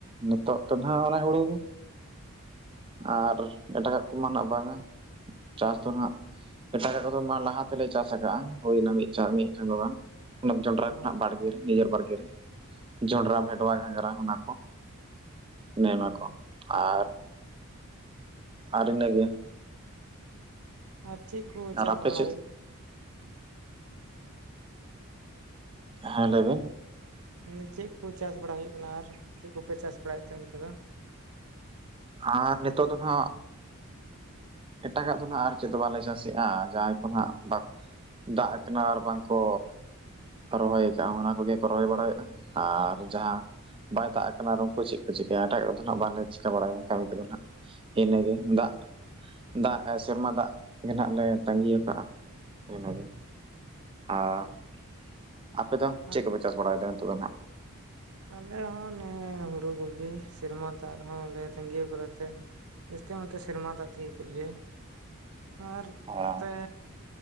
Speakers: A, on the right; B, on the right.
A: ᱱᱤᱛᱚᱜ ᱫᱚ ᱦᱟᱜ ᱚᱱᱮ ᱦᱩᱲᱩ ᱤᱨ᱾ ᱟᱨ ᱮᱴᱟᱜᱟᱜ ᱠᱚᱢᱟ ᱱᱟᱜ ᱵᱟᱝᱟ ᱪᱟᱥ ᱫᱚ ᱱᱟᱜ᱾ ᱮᱴᱟᱜᱟᱜ ᱠᱚᱫᱚ ᱢᱟ ᱞᱟᱦᱟ ᱛᱮᱞᱮ ᱪᱟᱥ ᱟᱠᱟᱫ-ᱟ, ᱦᱩᱭᱮᱱᱟ ᱢᱤᱫ ᱪᱟᱸᱫᱚ ᱜᱟᱱ᱾ ᱚᱱᱟ ᱡᱚᱰᱨᱟ
B: ᱦᱳᱭ
A: ᱠᱚᱱᱟᱜ ᱵᱟᱲᱜᱮ ᱨᱮ ᱱᱤᱡᱮᱨ ᱵᱟᱲᱜᱮ ᱨᱮ᱾ ᱡᱚᱱᱰᱨᱟ ᱵᱷᱮᱰᱣᱟ ᱜᱷᱟᱸᱜᱽᱨᱟ ᱚᱱᱟ ᱠᱚ ᱚᱱᱮ ᱚᱱᱟ
B: ᱦᱳᱭ
A: ᱠᱚ ᱟᱨ᱾ ᱟᱨ ᱤᱱᱟᱹ ᱜᱮ᱾
B: ᱟᱨ ᱪᱮᱫ ᱠᱚ
A: ᱟᱨ
B: ᱪᱟᱥ
A: ᱟᱯᱮ
B: ᱵᱟᱲᱟ
A: ᱪᱮᱫ
B: ᱦᱩᱭᱩᱜ᱾ <unintelligible>
A: ᱦᱮᱸ ᱞᱟᱹᱭ ᱵᱮᱱ᱾
B: ᱢᱟᱱ ᱪᱮᱫ ᱠᱚ ᱪᱟᱥ ᱵᱟᱲᱟ ᱦᱩᱭᱩᱜ ᱠᱟᱱᱟ ᱟᱨ ᱪᱮᱫ ᱠᱚᱯᱮ ᱪᱟᱥ ᱵᱟᱲᱟᱭᱮᱫ ᱛᱮ ᱚᱱᱛᱮ ᱫᱚ᱾
A: ᱟᱨ ᱱᱤᱛᱚᱜ ᱫᱚ ᱦᱟᱜ᱾ ᱮᱴᱟᱜᱟᱜ ᱫᱚ ᱦᱟᱜ ᱟᱨ ᱪᱮᱫ ᱦᱚ ᱵᱟᱞᱮ ᱪᱟᱥᱮ-ᱟ ᱡᱟᱸᱦᱟᱭ ᱠᱚ ᱦᱟᱜ ᱵᱟᱠ᱾ ᱫᱟᱜ ᱟᱠᱟᱱᱟ ᱟᱨ ᱵᱟᱝ ᱠᱚ᱾ ᱨᱚᱦᱚᱭ ᱟᱠᱟᱜ-ᱟ, ᱚᱱᱟ ᱠᱚᱜᱮ ᱠᱚ ᱨᱚᱦᱚᱭ ᱵᱟᱲᱟᱭᱮᱼᱟ ᱟᱨ ᱡᱟᱸᱦᱟ᱾ ᱵᱟᱭ ᱫᱟᱜ ᱠᱟᱱᱟ ᱟᱨ ᱩᱱᱠᱩ ᱪᱮᱫ ᱠᱚ ᱪᱤᱠᱟᱹᱭᱟ ᱮᱴᱟᱜᱟᱜ ᱫᱚ ᱱᱟᱜ ᱵᱟᱝᱞᱮ ᱪᱤᱠᱟᱹ ᱵᱟᱲᱟᱭᱟ᱾ ᱠᱟᱹᱢᱤ ᱠᱚᱫᱚ ᱱᱟᱜ ᱤᱱᱟᱹᱜᱮ ᱫᱟᱜ᱾ ᱫᱟᱜ ᱥᱮᱨᱢᱟ ᱫᱟᱜ ᱜᱮ ᱱᱟᱜ ᱞᱮ ᱛᱟᱸᱜᱤ ᱟᱠᱟᱜ-ᱟ, ᱤᱱᱟᱹ ᱜᱮ᱾ ᱟᱸ ᱟᱯᱮ ᱫᱚ ᱪᱮᱫ
B: ᱟᱞᱮ
A: ᱠᱚᱯᱮ ᱪᱟᱥ ᱵᱟᱲᱟᱭᱮᱫᱟ ᱱᱤᱛᱚᱜ ᱫᱚ ᱦᱟᱜ᱾
B: ᱟᱞᱮ ᱦᱚᱸ ᱱᱮ ᱦᱩᱲᱩ ᱠᱚᱜᱮ ᱥᱮᱨᱢᱟ ᱫᱟᱜ ᱦᱚᱸᱞᱮ ᱛᱟᱹᱜᱤ ᱟᱠᱟᱫᱟ ᱛᱮ᱾ ᱡᱟᱹᱥᱛᱤ ᱱᱚᱛᱮ ᱥᱮᱨᱢᱟ ᱫᱟᱜ ᱛᱮᱜᱮ ᱠᱚ ᱤᱭᱟᱹᱭ ᱟᱨ
A: ᱱᱟᱦᱟᱜ
B: ᱱᱚᱛᱮ᱾